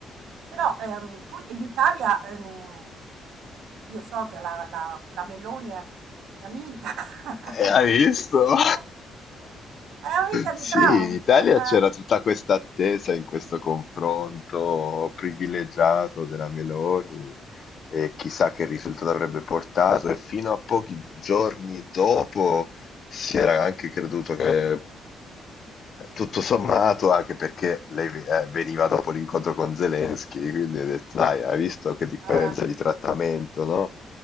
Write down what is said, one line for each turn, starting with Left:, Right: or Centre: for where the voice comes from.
Right: però ehm, tu in Italia, ehm, io so che la, la- la Meloni è, è amica, <laughs>
Left: Eh, hai visto? <laughs>
Right: è amica
Left: Sì,
Right: di Trump,
Left: in Italia
Right: eh.
Left: c'era tutta questa attesa in questo confronto privilegiato della Meloni e chissà che risultato avrebbe portato e fino a pochi giorni dopo si era anche creduto che tutto sommato anche perché lei eh, veniva dopo l'incontro con Zelensky, quindi ho detto, dai, hai visto che differenza
Right: Eh,
Left: di trattamento, no?